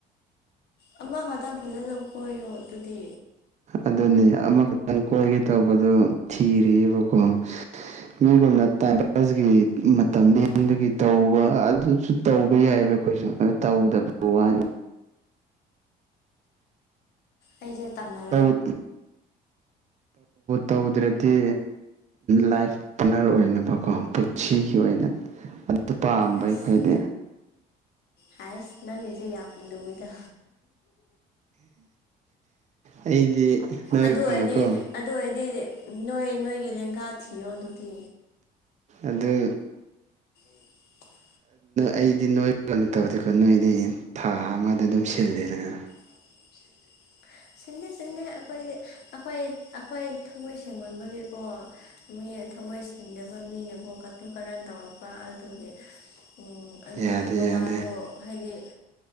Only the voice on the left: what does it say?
ꯑꯃ ꯈꯛꯇꯪ ꯐꯖꯅ ꯀꯣꯏꯌꯣ ꯑꯗꯨꯗꯤ
ꯑꯩꯁꯦ ꯇꯝꯅ
ꯑꯁ
ꯍꯥꯏꯁ ꯅꯪꯒꯤꯁꯦ ꯌꯥꯝ ꯂꯨꯏꯗ
ꯑꯗꯨ ꯑꯣꯏꯗꯤ ꯑꯗꯨ ꯑꯣꯏꯔꯗꯤ ꯅꯣꯏ ꯅꯣꯏꯒꯤ ꯂꯦꯡꯒꯥ ꯊꯤꯌꯣ ꯑꯗꯨꯗꯤ
<unintelligible>
<unintelligible> ꯁꯤꯟꯗꯦ ꯁꯤꯟꯗꯦ ꯑꯩꯈꯣꯏꯗꯤ ꯑꯩꯈꯣꯏ ꯑꯩꯈꯣꯏ ꯊꯃꯣꯏ ꯁꯦꯡꯃꯟꯕꯒꯤꯀꯣ ꯃꯣꯏ ꯊꯃꯣꯏ ꯁꯦꯡꯗꯕ ꯃꯤꯅꯀꯣ ꯀꯥꯇꯨ ꯀꯔꯟ ꯇꯧꯔꯛꯄ ꯑꯗꯨꯒꯤ ꯎꯝ ꯑꯗꯨꯒꯨꯝꯕ
ꯋꯥꯗꯣ ꯍꯥꯏꯗꯤ